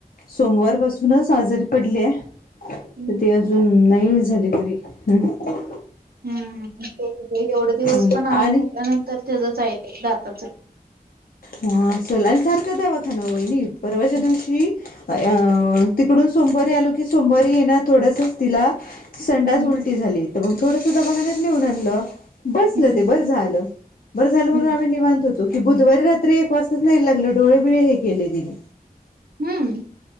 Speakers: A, on the left; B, on the right.
A: सोमवार पासूनच आजारी पडल्या.
B: हम्म
A: तर ती अजून नाही झाली बरी हम्म.
B: हम्म ते म्हणजे एवढं दिवस
A: म्हणून
B: पण आहे
A: आणि
B: म्हटल्यानंतर तेजच आहे ते दाताचं.
A: मग सोलांइन सारखा दवाखाना वहिनी परवाच्या दिवशी आया तिकडून सोमवारी आलो की सोमवारी ही ना थोडसंच तिला संडास
B: हम्म
A: उलटी झाली तर मग थोडसं दवाखान्यात नेऊन आणलं. बसलं
B: हम्म
A: ते बरं झालं बरं झालं म्हणून
B: हम्म
A: आम्ही निवांत होतो की बुधवारी रात तर एक वाजताच न्यायला लागलं डोळेबिळे हे केले तिने
B: हम्म.